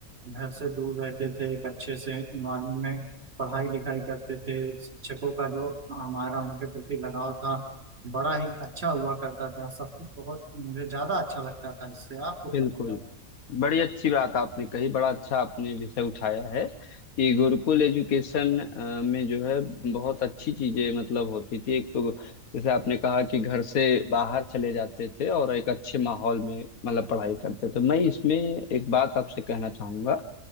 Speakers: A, on the right; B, on the left.
A: घर से दूर रहते थे एक अच्छे से इन्वायरमेंट में पढ़ाई लिखाई करते थे शिक्षकों का जो हमारा उनके प्रति लगाव था बड़ा ही अच्छा हुआ करता था सब कुछ बहुत मुझे ज्यादा अच्छा लगता था इससे आपको क्या
B: बिल्कुल
A: लगता है
B: बड़ी अच्छी बात आपने कही बड़ा अच्छा आपने विषय उठाया है कि गुरुकुल एजुकेशन अ, में जो है बहुत अच्छी चीजें मतलब होती थी एक तो जैसे आपने कहा कि घर से बाहर चले जाते थे और एक अच्छे माहौल में मतलब पढ़ाई करते थे मैं इसमें एक बात आपसे कहना चाहूंगा